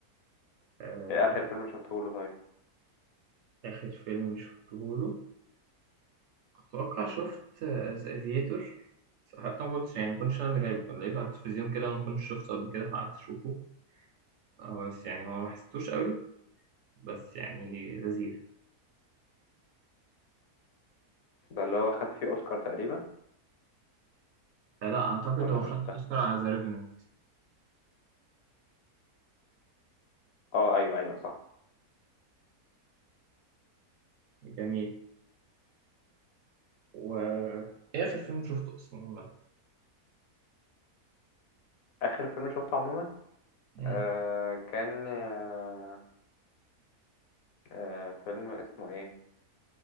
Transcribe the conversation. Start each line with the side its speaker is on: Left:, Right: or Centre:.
Right: آه،
Left: ايه اخر فيلم شفته له طيب
Right: آخر فيلم شفته له أتوقع شفت ذا افيتور حتى ما كنتش يعني ما كنتش أنا اللي جايبه لقيته على التلفزيون كده وما كنتش شفته قبل كده فقعدت أشوفه آه، بس يعني هو ما حسيتوش قوي بس يعني لذيذ
Left: ده اللي هو خد فيه اوسكار تقريبا
Right: فلا أعتقد
Left: ولا
Right: هو
Left: مش
Right: خد
Left: ده
Right: أوسكار على ذا ريفننت
Left: اه ايوه ايوه صح
Right: جميل و إيه آخر فيلم شفته أصلا عامة
Left: اخر فيلم شفته عموما
Right: مم.
Left: آه كان آه آه فيلم اسمه ايه